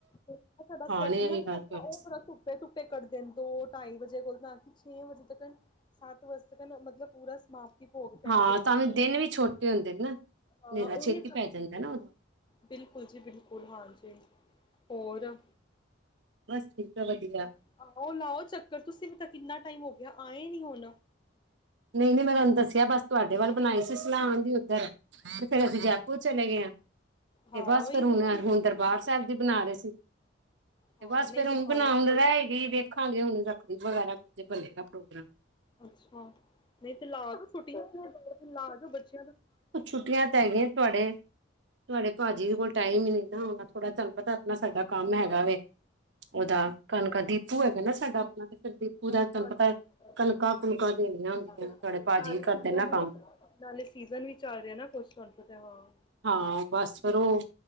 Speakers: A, on the left; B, on the right.
A: ਜ ਸਾਡਾ
B: ਆਣੇ
A: ਸਰਦੀਆਂ
B: ਵੀ
A: ਦਾ
B: ਗੱਲ
A: ਹੁੰਦਾ
B: ਤੁਹਾਡੀ
A: ਉਹਥੜਾ ਧੁੱ ਧੇ ਕੱਢਦੇ ਦੋ ਢਾਈ ਵਜੇ ਕੋਲ ਨਾ ਕਿ ਛੇ ਵਜੇ ਤੱਕ ਸੱਤ ਵਜੇ ਤੱਕ ਮਤਲਬ, ਪੂਰਾ ਸਮਾਪਤ ਭੋਗ ਪੈ
B: ਹਾਂ
A: ਜਿੱਥਾਂ
B: ਤਾਂਵੇਂ
A: ਦੇ
B: ਦਿਨ ਵੀ ਛੋਟੇ ਹੁੰਦੇ ਨੇ ਨਾ ਹਨੇਰਾ
A: ਹਾਂ ਉਹੀ
B: ਛੇਤੀ ਪੈ ਜਾਂਦਾ ਨਾ ਉਦੋਂ
A: ਬਿਲਕੁਲ ਜੀ ਬਿਲਕੁਲ ਹਾਂਜੀ। ਹੋਰ
B: ਬਸ ਠੀਕ ਆ ਵਧੀਆ।
A: ਆਹੋ ਉਹ ਲਾਓ ਚੱਕਰ ਤੁਸੀਂ ਵੀ ਤਾਂ ਕਿੰਨਾ ਟਾਈਮ ਹੋ। ਗਿਆ ਆਏ ਨੀ ਹੁਣ
B: ਨਹੀਂ ਨਹੀਂ ਮੈਂ ਤੁਹਾਨੂੰ ਦੱਸਿਆ ਬਸ ਤੁਹਾਡੇ ਵੱਲ ਬਣਾਈ ਸੀ ਸਲਾਾਨ ਦੀ ਉੱਧਰ ਤੇ ਫੇਰ ਅਸੀਂ ਜੈਪੁਰ ਚਲੇ ਗਏ ਹਾਂ
A: ਹਾਂ
B: ਤੇ ਬਸ
A: ਉਹੀ
B: ਫੇਿਰ
A: ਕਹਿ
B: ਹੁਣ
A: ਰਹੀ,
B: ਹੁਣ ਦਰਬਾਰ ਸਾਹਿਬ ਦੀ ਬਣਾ ਰਹੇ ਸੀ ਤੇ
A: ਹਾਂ
B: ਬਸ
A: ਨਹੀਂ
B: ਫੇਿਰ
A: ਬਣਾ
B: ਹੁਣ ਬਣਾਉਣ
A: ਲਓ ਕੋਈ
B: ਰਹਿ
A: ਨੀ
B: ਗਈ ਵੇਖਾਂਗੇ ਹੁਣ ਰੱਖੜ ਵਗੈਰਾ ਜੇ ਭਲੇ ਕ ਪ੍ਰੜੋ
A: ਅੱਛਾ ਨਹੀਂ ਤੇ ਲਾਜ ਫੱਟ ਲ ਬੱਚੇ
B: ਉਹ ਛੁੱਟੀਆਂ ਤਾਂ ਹੈ ਗੀਆਂ ਤੁਹਾਡੇ ਤੁਹਾਡੇ ਭਾਜੀੀ ਦੇ ਕੋਲ ਟਾਈਮ ਹੀ ਨੀ ਨਾ ਆਣਾ ਥੋੜਾ ਤੁਹਾਨੂੰ ਪਤਾ ਆਪਣਾਂ ਸਾਡਾ ਕੰਮ ਹੈਗਾ ਵ ਉਹਦਾ ਕਣਕ ਡਿੱਪੂ ਹੈਗਾ ਨਾ ਸਾਡਾ ਆਪਣਾ ਡਿੱਪੂ ਦਾ
A: ਅੱਛਾ
B: ਤੈਨੂੰ
A: ਅੱਛਾ
B: ਪੱਤਾ ਕਣਕਾਂ ਕੁਣਕਾਂ ਦੇਣੀਆਂ ਹੁੰਦੀਆਂ
A: ਬਿਲਕੁਲ,
B: ਤੁਹਾਡੇ ਭਾਜੀ
A: ਨਾਲੇ
B: ਕਰਦੇ
A: ਸੀਜ਼ਨ
B: ਨੇ ਕੰਮ
A: ਨਾਲੇ ਸੀਜ਼ਨ ਵੀ ਚੱਲ ਰਿਹਾ ਨਾ ਕੁਛ ਤੁਹਾਨੂੰ ਪਤਾ ਹਾਂ
B: ਹਾਂ ਬੱਸ ਫਿਰ ਉਹ